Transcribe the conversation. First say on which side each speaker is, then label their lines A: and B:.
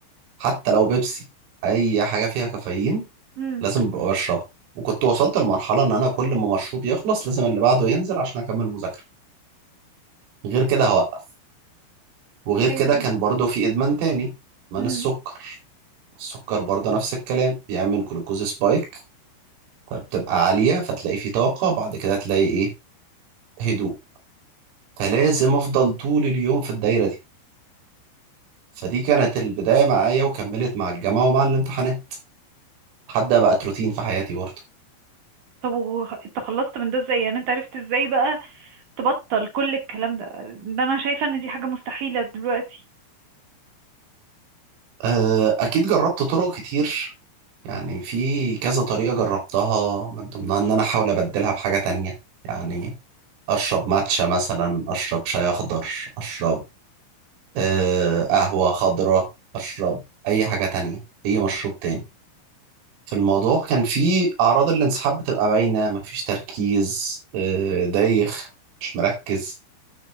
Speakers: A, on the right; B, on the right.
A: حتى لو بيبسي اي حاجه فيها كافيين
B: مم.
A: لازم ببقى بشربها وكنت وصلت لمرحله ان انا كل ما مشروب يخلص لازم اللي بعده ينزل عشان اكمل مذاكره غير كده هوقف وغير
B: ايوه
A: كده
B: انا
A: كان برضه في ادمان تاني ادمان
B: مم.
A: السكر السكر برضه نفس الكلام بيعمل جلوكوز سبايك فبتبقى عاليه فتلاقي في طاقه بعد كده تلاقي ايه هدوء فلازم افضل طول اليوم في الدايره دي فدي كانت البداية معايا وكملت مع الجامعة ومع الامتحانات لحد ما بقت روتين في حياتي برضه
B: طب وخ- انت خلصت من ده ازاي يعني انت عرفت ازاي بقى تبطل كل الكلام ده ده انا شايفة ان دي حاجة مستحيلة دلوقتي
A: أه، أكيد جربت طرق كتير يعني في كذا طريقة جربتها من ضمنها إن أنا أحاول أبدلها بحاجة تانية يعني أشرب ماتشا مثلا أشرب شاي أخضر أشرب أه، قهوة خضراء أشرب أي حاجة تانية أي مشروب تاني في الموضوع كان في أعراض الانسحاب بتبقى باينة مفيش تركيز أه، دايخ مش مركز